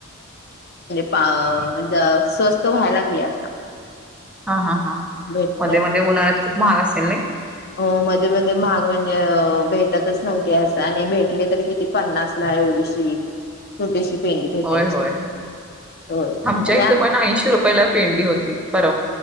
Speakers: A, on the left; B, in the centre.
A: अ स्वस्त व्हायला लागले आता
B: हा हा ह
A: भेटते
B: मध्ये
A: आता
B: मध्ये उन्हाळ्यात खूप. महाग असे नाइ.
A: हो मध्ये मध्ये महाग म्हणजे भेटतच नव्हती, अस आणि भेटली तररी किती पन्नास ला एवढीशी छोटीशी. पेंडी भेटायची
B: होय होय
A: हो आणि
B: आमच्या इथ पण ऐंशी रुपयाला पेंडी होती, पर